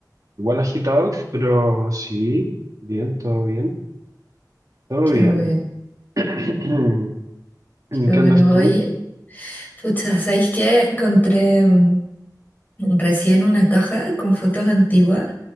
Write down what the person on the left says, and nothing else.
Qué
bueno,
qué
bueno.
Oye, pucha, ¿sabéis qué? Encontré mm, recién una caja con fotos antiguas